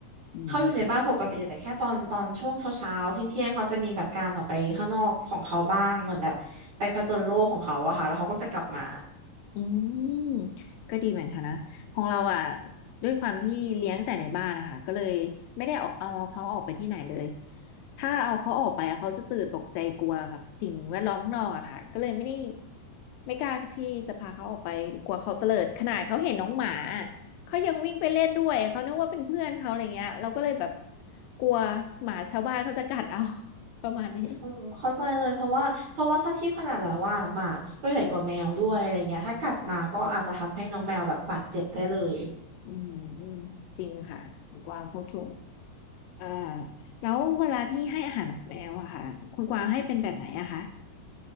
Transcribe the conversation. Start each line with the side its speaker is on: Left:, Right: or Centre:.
Left: อืม
Right: เขาอยู่ในบ้านปกติแต่แค่ตอนตอนช่วงเช้าเช้าเที่ยงเที่ยงๆเขาจะมีแบบการออกไปข้างนอกของเขาบ้างเหมือนแบบไปผจญโลกของเขาอะค่ะแล้วเขาก็จะกลับมา
Left: อืมก็ดีเหมือนกันนะของเราอ่ะด้วยความที่เลี้ยงแต่ในบ้านนะคะก็เลยไม่ได้เอาเอาเขาออกไปที่ไหนเลยถ้าเอาเขาออกไปอะเขาจะตื่นตกใจกลัวกับสิ่งแวดล้อมข้างนอกอะค่ะก็เลยไม่ได้ไม่กล้าที่จะพาเขาออกไปกลัวเขาเตลิดขนาดเขาเห็นน้องหมาอะเขายังวิ่งไปเล่นด้วยเขานึกว่าเป็นเพื่อนเขาอะไรเงี้ยเราก็เลยแบบกลัวหมาชาวบ้านเขาจะกัดเอา <laughs> ประมาณนี้
Right: อืมเข้าใจเลยเพราะว่าเพราะว่าถ้าเทียบขนาดแล้วว่าหมาก็ใหญ่กว่าแมวด้วยอะไรเงี้ยถ้ากัดมาก็อาจจะทำให้น้องแมวแบบบาดเจ็บได้เลย
Left: อืมอืมจริงค่ะดีกวางพูดถูก เอ่อแล้วเวลาที่ให้อาหารนกแมวอะค่ะคุณกวางให้เป็นแบบไหนอะคะ